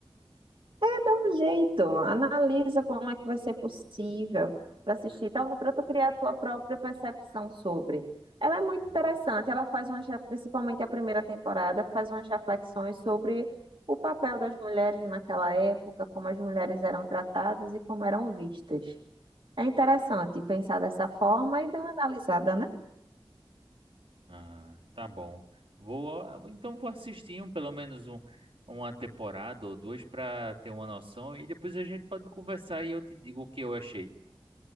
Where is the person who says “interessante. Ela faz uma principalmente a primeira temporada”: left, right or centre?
Right